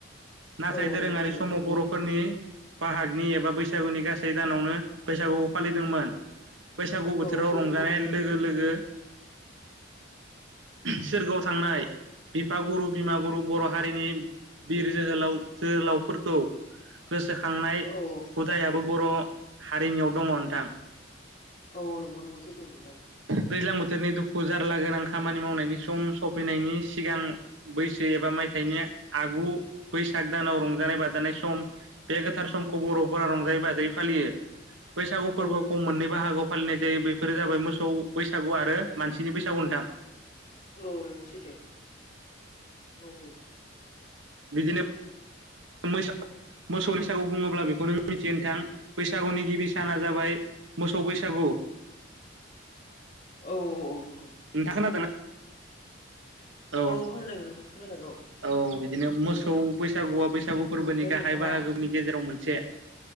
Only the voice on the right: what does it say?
नाथाय
दोरोङारि
समाव
बर'फोरनि
बाहागनि एबा बैसागुनि गासै दानावनो बैसागुखौ फालिदोंमोन। बैसागु बोथोराव
रंजानाय
लोगो लोगो सोरगोआव थांनाय बिफागुरु बिमा गुरु बर' हारिनि बिर जोहोलाव जोहोलावफोरखौ गोसो खांनाय
हुदायाबो बर' हारिनियाव दङ नोंथां।
दैज्लां बोथोरनि दुखु जारला गोनां खामानि मावनायनि सम सफैनायनि सिगां बैसागु एबा मायथाइनि आगु बैसाग दानाव रंजानाय बाजानाय सम बे गोथार समखौ बर'फोरा रंजायै बाजायै फालियो। बैसागु फोरबोखौ
मोननै
बाहागोआव फालिनाय जायो बेफोर जाबाय मोसौ बैसागु आरो मानसिनि बैसागु नोंथां।
बिदिनो मोनो मोसौनि बैसागु बुङोब्ला बेखौनो मिथियो नोंथां बैसागुनि गिबि साना जाबाय मोसौ बैसागु।
नोंथांङा खोनादोंना?
औ
औ बिदिनो मोसौ
बैसागुआ बैसागु फोरबोनि
गाहाय
बाहागोनि गेजेराव मोनसे से